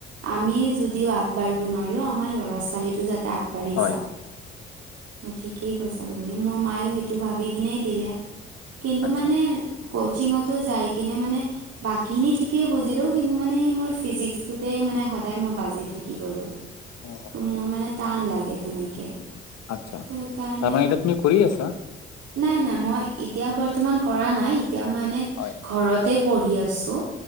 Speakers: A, on the right (about 55°); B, on the left (about 60°).
A: আমি যদিও আগবাঢ়িব নোৱাৰিলোও আমাৰ ল'ৰা ছোৱালীটো যাতে আগবাঢ়ি
B: হয়
A: যাওঁক।
B: হয়
A: ত ঠিকেই কৈছা তুমি মোৰ মায়ও সেইটো ভাবি কিনে দিলে কিন্তু
B: আচ্ছা
A: মানে কচিনংটো যাই কিনে মানে বাকীখিনি থিকেই বুজিলো কিন্তু মানে সেই মোৰ ফিজিক্স তোহে মানে সদায় মই বাজি থাকি গলো
B: অ
A: ত' মোৰ মানে টান লাগে তেনেকে।
B: আচ্ছা তাৰমানে
A: তো সেইকাৰণে
B: এতিয়া তুমি কৰি আছা?
A: নাই নাই মই এতিয়া বৰ্তমান কৰা নাই এতিয়া মানে
B: হয়
A: ঘৰতে পঢ়ি আছো।